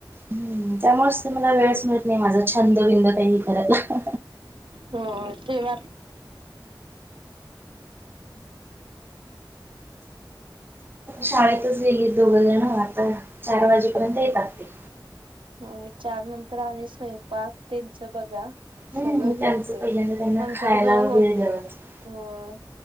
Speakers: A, on the right; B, on the right.
A: हम् त्यामुळेच तर मला वेळच मिळत नाही माझा छंद बिंदू काही ह ते
B: हो ते वा
A: शाळेतच गेली दोघ जण आता चार वाजेपर्यंत येतात ते
B: हो चार नंतर आणि स्वयंपाक त्यांचं बघा
A: हम्म
B: सगळं हे
A: त्यांचं
B: होते
A: त्यांना
B: नंतर
A: खायला
B: वेळ होत
A: द्यावा लागतो
B: अ